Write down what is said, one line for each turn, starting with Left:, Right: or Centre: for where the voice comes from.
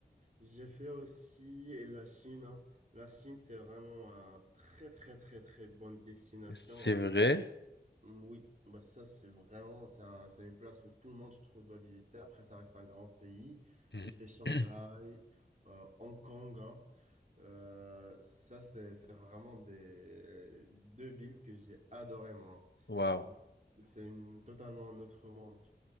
Right: j'ai fait aussi et la Chine. hein. La Chine, c'est vraiment un très, très, très, très bonne destination.
Left: C'est
Right: hein.
Left: vrai?
Right: Hum, Oui, bah ça, c'est vraiment, c'est un- c'est une place où tout le monde, je trouve, doit visiter. Après, ça reste un grand pays.
Left: Mhm.
Right: J'ai fait Shanghai,
Left: <clears throat>
Right: euh, Hong Kong. hein. Euh, ça, c'est c'est vraiment des deux villes que j'ai adoré, moi.
Left: Waouh.
Right: C'est des- c'est une totalement un autre monde.